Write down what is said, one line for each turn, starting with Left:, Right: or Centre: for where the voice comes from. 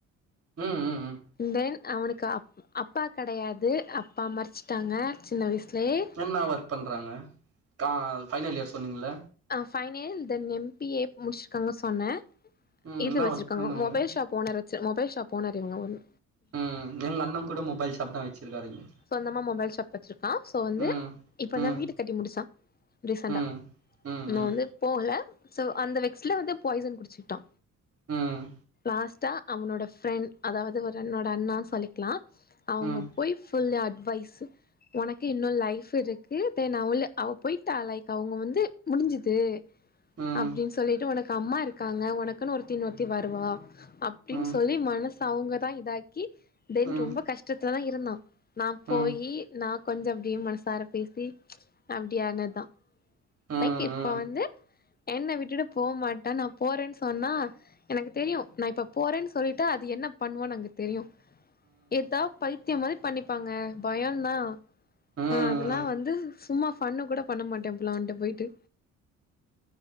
Right: ம் ம் ம்
Left: தென் அவனுக்கு அ அப்பா கெடையாது அப்பா மறைச்சிட்டாங்க சின்ன வயசுலயே
Right: என்ன ஒர்க் பண்ணுறாங்க கா ஃபைனல் இயர் சொன்னீங்கள
Left: fine then M B A முடிச்சிருக்காங்க சொன்னே
Right: ம்
Left: இது
Right: என்ன
Left: வச்சிருக்காங்க
Right: ஒர்க் பண்ணாங்க
Left: மொபைல் ஷாப் ஓனர் வெச் மொபைல் ஷாப் ஓனர் இவங்க ஒன்னு
Right: ம் எங்க அண்ண கூட மொபைல் ஷாப் தா வச்சுருக்காரு இங்க
Left: சொந்தமா மொபைல்ஷாப் வச்சிருக்கா ஸோ வந்து
Right: ம்
Left: இப்போ
Right: ம்
Left: தா வீடு கட்டி முடிச்சா ரீசண்ட்டா
Right: ம் ம்
Left: நா
Right: ம்
Left: வந்து போகல சோ அந்த வெக்ஸல வந்து பாய்சன் குடிச்சிட்டா
Right: ம்
Left: லாஸ்ட்டா அவனோட பிரெண்ட் அதாவது ஒரு என்னோட அண்ணா சொல்லிக்கலா அவங்க
Right: ம்
Left: போய் ஃபுல் அட்வைஸ் உனக்கு இன்னு லைஃப் இருக்கு தென் அவ அவள் போய்டா லைக் அவங்க வந்து முடிஞ்சுது
Right: ம்
Left: அப்டின்னு சொல்லிட்டு உனக்கு அம்மா இருக்காங்க உனக்குன்னு ஒருத்தி இன்னொருத்தி வருவா அப்டின்னு
Right: ம்
Left: சொல்லி மனசு அவங்க தா இதாக்கி தென்
Right: ம் ம்
Left: ரொம்ப கஷ்டத்துலதா இருந்தா நா போயி
Right: ம்
Left: நா கொஞ்சோ அப்டியே மனசார பேசி அப்டியானதா
Right: ம் ம்
Left: லைக் இப்ப வந்து என்ன விட்டுட்டு போ மாட்ட நா போறேன்னு சொன்னா எனக்கு தெரியு நா இப்ப போறேன்னு சொல்லிட்டா அது என்ன பண்ணுவோனு எனக்கு தெரியு ஏதா பைத்தியம் மாதிரி பண்ணிப்பாங்க பயம் தா
Right: ம்
Left: ஆ அதெல்லா வந்து சும்மா ஃபண்ணு கூட பண்ண மாட்டே அப்டிலா அவன்ட போய் ட்டு